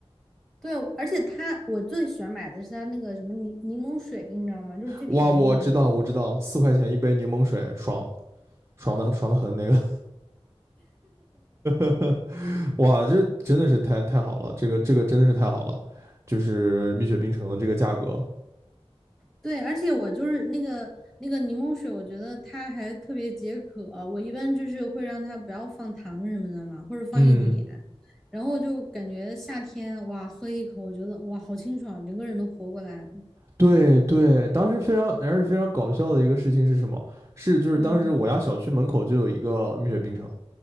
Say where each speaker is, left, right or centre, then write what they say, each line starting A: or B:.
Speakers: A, in the centre; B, on the right.
A: 对，而且他我最喜欢买的是他那个什么柠柠檬水，你知道吗？就是最便宜的那个。
B: 哇，我知道，我知道，四块钱一杯柠檬水，爽，爽的爽的很那个，<laughs> 哇，这真的是太太好了，这个这个真的是太好了，就是蜜雪冰城的这个价格，
A: 对，而且我就是那个那个柠檬水，我觉得它还特别解渴。我一般就是会让它不要放糖什么的嘛，或者放一点，
B: 嗯。
A: 然后就感觉夏天哇，喝一口，我觉得哇，好清爽，整个人都活过来了。
B: 对对，当时非常，而且非常搞笑的一个事情是什么？是就是当时我家小区门口就有一个蜜雪冰城，
A: 嗯，